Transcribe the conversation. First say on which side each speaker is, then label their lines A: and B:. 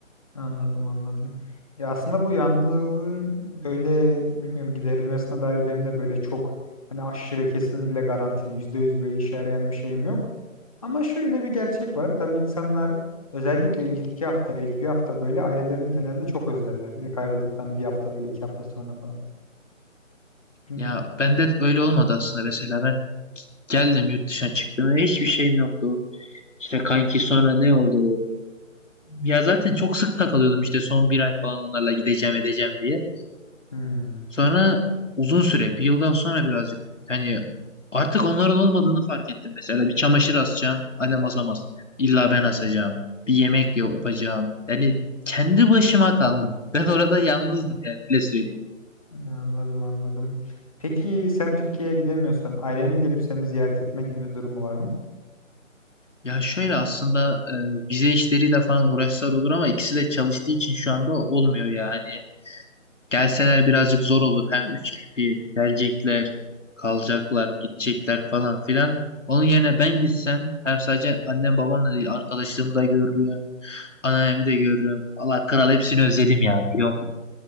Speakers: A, on the left; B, on the left.
A: Anladım anladım. Ya aslında bu yalnızlığın böyle bilmiyorum giderilmesine dair benim de böyle çok hani aşırı kesinlikle garantili yüzde yüz böyle işe yarayan bir şeyim yok. Ama şöyle bir gerçek var. Tabii insanlar özellikle ilk iki hafta ilk bir hafta böyle ailelerini genelde çok özlerler. İlk ayrıldıktan bir hafta böyle iki hafta sonra falan. Hmm,
B: Ya bende öyle olmadı aslında mesela ben geldim yurt dışına çıktım ve hiçbir şeyim yoktu. İşte kanki sonra ne oldu? Ya zaten çok sık takılıyordum işte son bir ay falan onlarla gideceğim edeceğim diye.
A: hmm.
B: Sonra uzun süre, bir yıldan sonra birazcık hani artık onların olmadığını fark ettim. Mesela bir çamaşır asacağım, annem asamaz. İlla ben asacağım. Bir yemek yapacağım. Yani kendi başıma kaldım. Ben orada yalnızdım yani öyle söyleyeyim.
A: Anladım anladım. Peki sen Türkiye'ye gidemiyorsan ailenin gelip seni ziyaret etme gibi bir durumu var mı?
B: Ya şöyle aslında e, vize işleriyle falan uğraşlar olur ama ikisi de çalıştığı için şu anda olmuyor yani. Gelseler birazcık zor olur. Hem üç kişi gelecekler, kalacaklar, gidecekler falan filan. Onun yerine ben gitsem hem sadece annem babam da değil arkadaşlarımı da görürüm. Anneannemi de görürüm. Allah kral hepsini özledim ya biliyor musun?